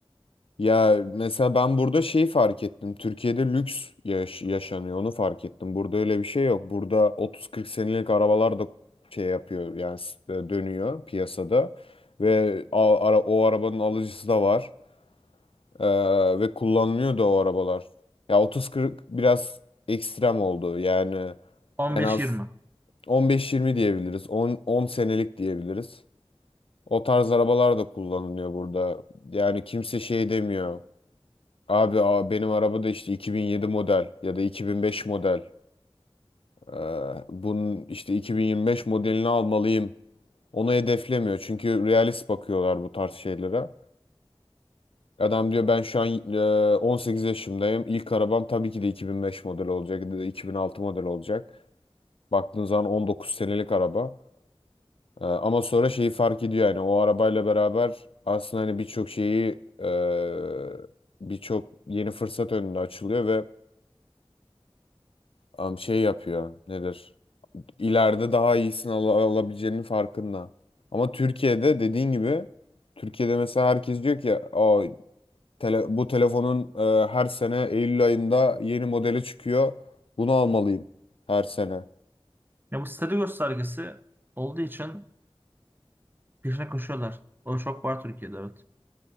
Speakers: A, on the left; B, on the right.
A: Ya mesela ben burada şeyi fark ettim. Türkiye'de lüks yaş- yaşanıyor. Onu fark ettim. Burada öyle bir şey yok. Burada 30-40 senelik arabalar da şey yapıyor. Yani s- e, dönüyor piyasada. Ve a- ara- o arabanın alıcısı da var. Ee, ve kullanılıyor da o arabalar. Ya 30-40 biraz ekstrem oldu. Yani
B: on
A: en
B: beş
A: az
B: yirmi.
A: 15-20 diyebiliriz. 10, 10 senelik diyebiliriz. O tarz arabalar da kullanılıyor burada. Yani kimse şey demiyor. Abi a- benim arabada işte 2007 model ya da 2005 model. Ee, bunun işte 2025 modelini almalıyım. Onu hedeflemiyor çünkü realist bakıyorlar bu tarz şeylere. Adam diyor ben şu an e, 18 yaşındayım. İlk arabam tabii ki de 2005 model olacak ya da 2006 model olacak. Baktığın zaman 19 senelik araba. Ee, ama sonra şeyi fark ediyor yani o arabayla beraber aslında hani birçok şeyi e, birçok yeni fırsat önüne açılıyor ve am, şey yapıyor. Nedir? İleride daha iyisini al- alabileceğinin farkında. Ama Türkiye'de dediğin gibi Türkiye'de mesela herkes diyor ki o tele- bu telefonun e, her sene Eylül ayında yeni modeli çıkıyor. Bunu almalıyım her sene.
B: Ya bu statü göstergesi olduğu için peşine koşuyorlar. O çok var Türkiye'de evet.